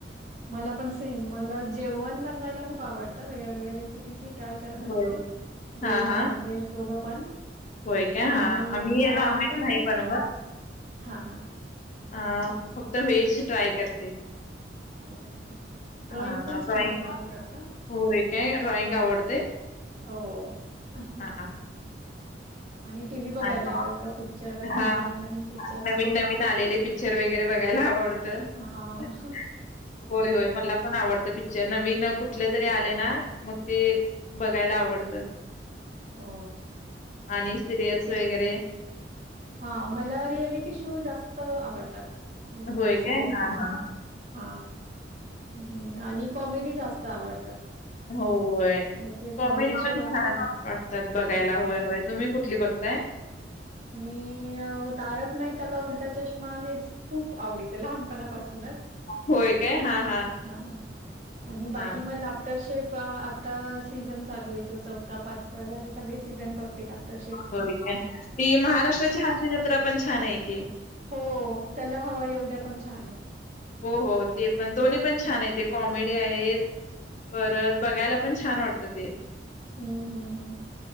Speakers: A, on the right (about 40°); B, on the left (about 40°).
A: मला पण सेम मला जेवण बनवायला खूप आवडतं वेळ्या वेगळ्या रेसिपीज मी. ट्राय करत असते
B: होय.
A: व्हेज
B: हा हा
A: नॉन व्हेज दोघं पण.
B: होय काय
A: आणि
B: हा आम्ही
A: ड्रॉइंग
B: नॉनव्हेज
A: पण
B: नाही बनवत
A: हा हा.
B: अ फक्त व्हेज ट्राय करते.
A: ओके ड्रॉइंग
B: हा
A: पण
B: ड्रॉइंग
A: छान आहे माझं त.
B: होय काय ड्रॉइंग आवडते.
A: हो अ.
B: हा
A: आणि टीव्ही बघायला
B: आणि
A: आवतं पिक्र वगरे
B: हा
A: नवीनवीन पिक्चर. पिक्चर्स
B: नवीन नवीन आले पिक्चर. पिक्चर वगैरे बघायला आवडत होय
A: हां.
B: होय मला. पण आवडत पिक्चर नवीन कुठले तरी आले ना मग ते. बघायला आवडतं.
A: हो!
B: हा सिरिल्यस वगैरे
A: हा मला रियालिटी शो जास्त आवडतात. हम्म
B: होय
A: सिरियलपेक्षा
B: काय हा हा
A: हा. हम्म आणि कॉमेडी जास्त आवडतात.
B: होय.
A: जसे
B: कॉमेडी
A: शो
B: पण
A: असतात.
B: छान वाटतात बघायला
A: हं.
B: होय होय तुम्ही कुठली बघताय.
A: मी. तारक माहता का उलटा चष्मा हे खूप आवडत लहानपणापासूनच.
B: होय काय? हां, हां.
A: हा आणि बाकी
B: हां.
A: मला तर आता सीझन चालू आहे जो चौथा पाचवा झालेत. सगळे सीझन बघते लॉफ्टर शेफ
B: होय काय? ती महाराष्ट्राची हास्य जत्रा पण छान आहे की?
A: हो चला हवा येऊद्या पण छान आहे.
B: हो हो ते पण दोन्ही पण छान आहेत ते कॉमेडी आहेत परत बघायला पण. छान वाटत ते?
A: हम्म हम्म हम्म